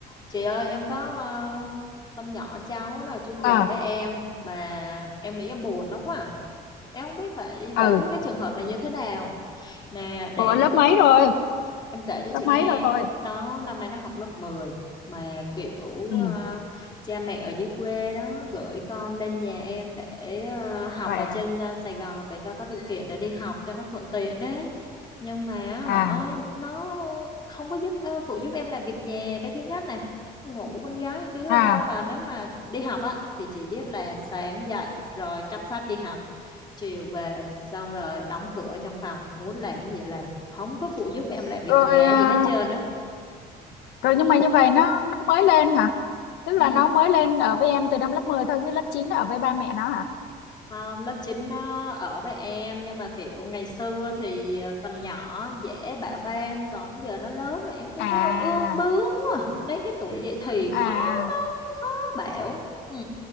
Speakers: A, on the left; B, on the left.
A: Chị ơi em có ờ, con nhỏ cháu nó ở chung nhà
B: à
A: với em mà em nghĩ em buồn nó quá à. Em không biết phải giải
B: ừ
A: quyết cái trường hợp này như thế nào. Nè để
B: Ủa,
A: em
B: lớp
A: kể-
B: mấy rồi
A: Em kể cho
B: lớp
A: chị
B: mấy
A: nghe,
B: rồi
A: nó năm nay nó học lớp mười mà kiểu
B: ừ
A: à, cha mẹ ở dưới quê đó gửi con lên nhà em để à, học
B: vậy
A: ở trên
B: à
A: à, Sài Gòn để cho có điều kiện để đi học cho nó thuận tiện đấy. Nhưng mà hả
B: à
A: nó không có giúp ờ, phụ giúp em làm việc nhà cái thứ nhất này. Ngủ con gái đứa
B: à
A: ở đâu mà nếu mà đi học á thì chỉ biết là sáng dậy rồi cắp sách đi học chiều về xong rồi đóng cửa trong phòng muốn làm gì làm không có phụ giúp em làm việc
B: rồi
A: nhà
B: à,
A: gì hết trơn á
B: rồi nhưng mà như vậy nó nó mới lên hả tức
A: ừ.
B: là nó mới lên ở với em từ năm lớp 10 thôi cái lớp 9 ở với ba mẹ nó hả
A: Không, lớp 9 nó ở với em nhưng mà kiểu ngày xưa thì ờ, còn nhỏ dễ bạo ban còn giờ nó lớn rồi em thấy
B: à
A: nó ương bướng quá đến cái tuổi dậy thì
B: à
A: khó
B: à.
A: nói khó bảo ừ.